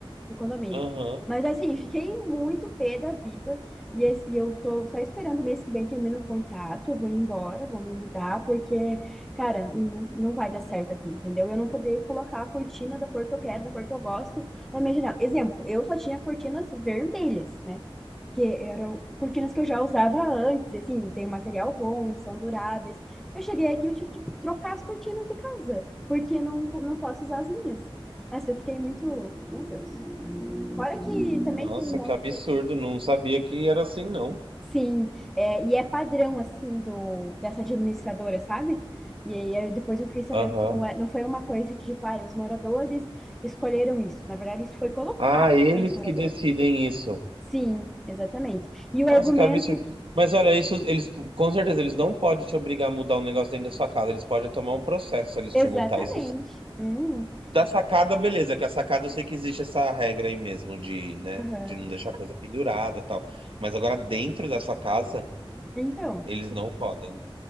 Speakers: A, in the centre; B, on the right.
A: do condomínio.
B: aham.
A: Mas assim, fiquei muito pé da vida e, esse- e eu tô só esperando o mês que vem termina o contrato, eu vou ir embora, vou me mudar, porque, cara, não, não vai dar certo aqui, entendeu? Eu não poder colocar a cortina da cor que eu quero, da cor que eu gosto na minha janela. Exemplo, eu só tinha cortinas vermelhas, né? Que eram cortinas que eu já usava antes, assim, tem um material bom, são duráveis. Eu cheguei aqui, eu tive que trocar as cortinas da casa, porque não, não posso usar as minhas. Assim, eu fiquei muito, meu Deus. Fora que também
B: Nossa,
A: tem um monte
B: que absurdo.
A: de...
B: Não sabia que era assim, não.
A: Sim, é, e é padrão, assim, do, dessa administradora, sabe? E aí aí depois eu fiquei sabendo
B: Aham.
A: que não, é, não foi uma coisa que, tipo, ah, os moradores escolheram isso. Na verdade, isso foi colocado
B: Ah, eles
A: para os moradores.
B: que decidem isso.
A: Sim, exatamente. E o
B: Nossa,
A: argumento,
B: que absurdo. Mas olha, isso eles com certeza eles não podem te obrigar a mudar um negócio dentro da sua casa. Eles podem tomar um processo se eles
A: exatamente.
B: te multar, isso sim.
A: Hum,
B: Da sacada, beleza, que a sacada eu sei que existe essa regra aí mesmo de, né,
A: aham.
B: de não deixar coisa pendurada, e tal. Mas agora dentro da sua casa,
A: Então,
B: eles não podem.